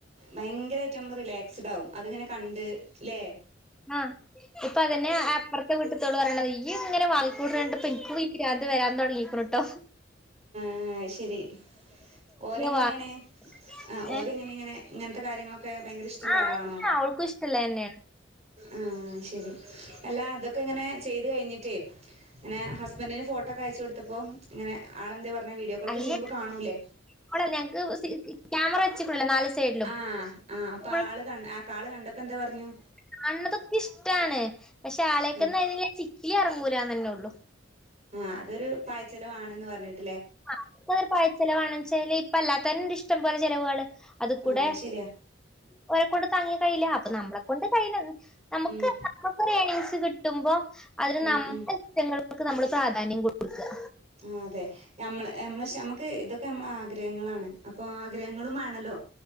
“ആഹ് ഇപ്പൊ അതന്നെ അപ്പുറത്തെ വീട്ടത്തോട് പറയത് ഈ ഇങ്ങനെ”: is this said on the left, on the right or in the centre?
Centre